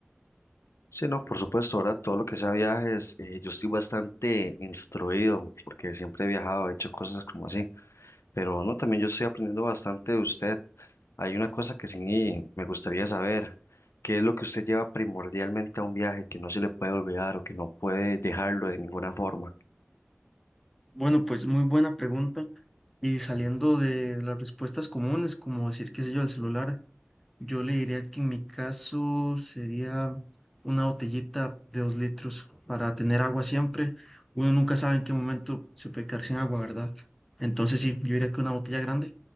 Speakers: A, on the left; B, in the centre.
A: Sí, no, por supuesto, ahora todo lo que sea viajes, eh, yo estoy bastante instruido porque siempre he viajado, he hecho cosas como así, pero no, también yo estoy aprendiendo bastante de usted. Hay una cosa que sí me gustaría saber, ¿qué es lo que usted lleva primordialmente a un viaje que no se le puede olvidar o que no puede dejarlo de ninguna forma?
B: Bueno, pues muy buena pregunta. Y saliendo de las respuestas comunes, como decir, qué sé yo, el celular, yo le diría que en mi caso sería una botellita de dos litros para tener agua siempre. Uno nunca sabe en qué momento se puede quedar sin agua, ¿verdad? Entonces sí, yo diría que una botella grande